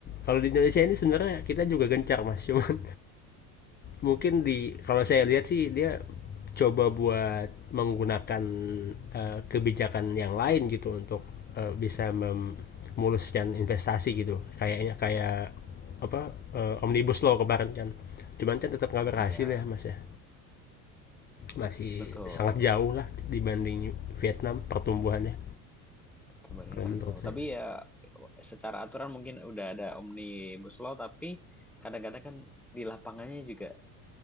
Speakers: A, on the left; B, in the centre.
A: Kalau di Indonesia ini sebenarnya kita juga gencar mas, <laughs> cuman mungkin di kalau saya lihat sih dia coba buat menggunakan eh, kebijakan yang lain gitu untuk eh, bisa memuluskan investasi gitu kayaknya kayak apa eh, omnibus law kemarin kan cuman kan tetap nggak
B: Iya,
A: berhasil ya mas ya masih
B: betul.
A: sangat jauh lah dibanding Vietnam pertumbuhannya
B: Sebenarnya
A: kalau
B: sangat
A: menurut
B: jauh.
A: saya
B: Tapi ya secara aturan mungkin udah ada omnibus law, tapi kadang-kadang kan di lapangannya juga